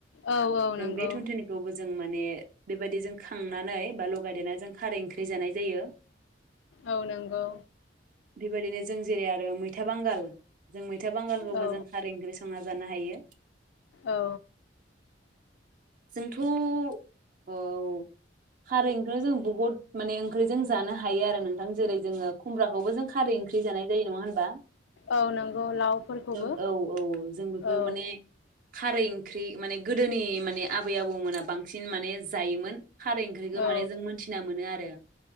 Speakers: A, on the left (about 70°); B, on the right (about 45°).
A: औ औ
B: जों
A: नंगौ
B: बे थुनथुनिखौबो जों माने बेबायदि जों खांनानै बा लगायदेरनानै जों खारै ओंख्रि जानाय जाय।
A: औ नंगौ
B: बेबायदिनो जों जेरै आरो मैथा बांगाल जों मैथा बांगालखौबो
A: औ
B: जों खारै ओंख्रि संना जानो हायो। <inaudible>
A: औ।
B: जोंथ' अउ खारै ओंख्रियाव जों बहुत माने ओंख्रिजों जानो हायो आरो नोंथां जेरै जोङो खुमब्राखौबो जों खारै ओंख्रि जानाय जायो नङा होनबा?
A: औ नंगौ लावफोरखौबो
B: औ औ जों बेफोर
A: औ
B: माने खारै ओंख्रि माने गोदोनि माने आबै आबौमोना बांसिन माने जायोमोन खारै ओंख्रिखौ
A: औ
B: माने जों मोनथिना मोनो आरो।